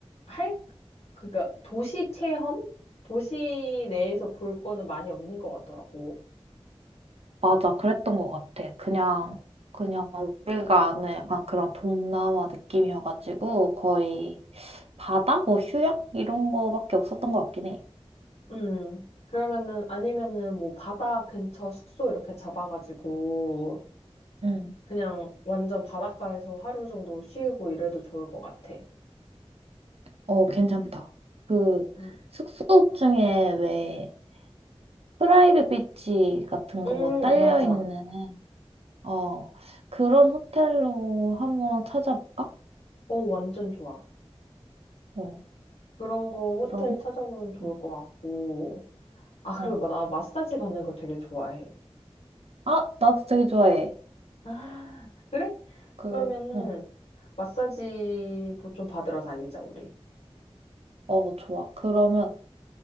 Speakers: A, on the left; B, on the right.
A: 할, 그니까, 도시 체험? 도시 내에서 볼 거는 많이 없는 것 같더라고.
B: 맞아. 그랬던 것 같아. 그냥, 그냥 우리가 아는 약간 그런 동남아 느낌이어가지고 거의 바다? 뭐 휴양? 이런 거밖에 없었던 것 같긴 해.
A: 음, 그러면은, 아니면은, 뭐, 바다 근처 숙소 이렇게 잡아가지고,
B: 응.
A: 그냥 완전 바닷가에서 하루 정도 쉬고 이래도 좋을 것 같아.
B: 어, 괜찮다. 그
A: 음,
B: 숙소 중에 왜 프라이빗 비치 같은
A: 음,
B: 거 딸려
A: 맞아.
B: 있는 어, 그런 호텔로 한번 찾아볼까?
A: 어, 완전 좋아.
B: 어,
A: 그런 거
B: 그러면,
A: 호텔 찾아보면 좋을
B: 음,
A: 것 같고, 아, 그리고
B: 어.
A: 마- 나 마사지 받는 걸 되게 좋아해.
B: 아, 나도 되게 좋아해.
A: 아, 그래?
B: 그,
A: 그러면은
B: 응,
A: 마사지도 좀 받으러 다니자, 우리.
B: 어, 좋아. 그러면,